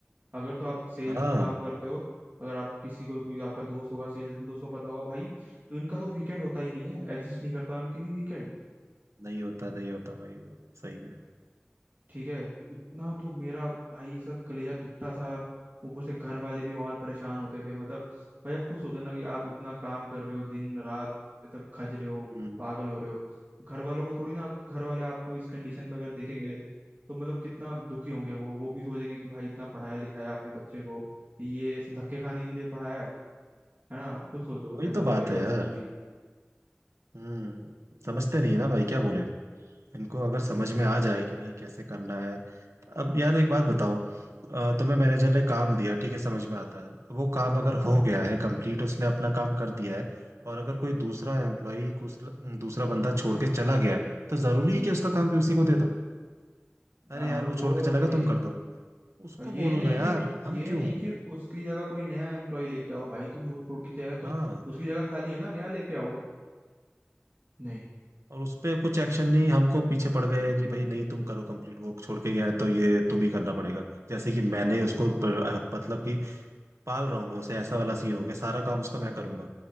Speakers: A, on the right (about 40°); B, on the right (about 80°).
A: अगर तो आप सेल्स
B: हाँ
A: में काम करते हो अगर आप किसी को कोई आपका दोस्त होगा सेल्स में तो उसको पता होगा भाई इनका तो वीकेंड होता ही नहीं है एग्जिस्ट नहीं करता उनके लिए वीकेंड
B: नहीं होता नहीं होता भाई वो सही में
A: ठीक है इतना तो मेरा भाई ऐसा कलेजा दुखता था ऊपर से घर वाले भी और परेशान होते थे मतलब भाई अब खुद सोचो ना कि आप इतना काम कर रहे हो दिन रात मतलब खज रहे हो
B: हम्म
A: पागल हो रहे हो घर वालों को थोड़ी ना घर वाले आपको इस कंडीशन में अगर देखेंगे तो मतलब कितना दुखी होंगे वो वो भी सोचेंगे कि भाई इतना पढ़ाया लिखाया आपने बच्चे को ये ऐसे धक्के खाने के लिए पढ़ाया है है ना आप खुद सोचो
B: वही
A: कैसा
B: तो
A: लगेगा
B: बात है
A: उनको
B: यार
A: भी
B: हम्म समझते नहीं है ना भाई क्या बोले इनको अगर समझ में आ जाए कि भाई कैसे करना है अब यार एक बात बताओ अ, तुम्हें मैनेजर ने काम दिया ठीक है समझ में आता है वो काम अगर हो गया है कंप्लीट उसने अपना काम कर दिया है और अगर कोई दूसरा एम्प्लॉई दूसरा बंदा छोड़ के चला गया है तो जरूरी
A: हम्म
B: है कि उसका काम भी उसी को दे दो अरे
A: हाँ
B: यार वो
A: वो
B: छोड़ के चला
A: थोड़ी
B: गया तुम कर दो उसको
A: और ये
B: बोलो
A: नहीं
B: ना यार
A: कि ये
B: हम क्यों
A: नहीं कि उसकी जगह कोई नया एम्प्लॉय लेके आओ भाई तुम वो छोड़ के चले गए तो
B: हाँ
A: उसकी जगह खाली है ना नया लेके आओ नहीं
B: और उस पे कुछ एक्शन नहीं हमको पीछे पड़ गए कि भाई नहीं तुम करो कंप्लीट वो छोड़ के गया है तो ये तुम ही करना पड़ेगा जैसे कि मैंने उसको ब- मतलब कि पाल रहा हूँ मैं उसे ऐसा वाला सीन हो गया सारा काम उसका मैं करूंगा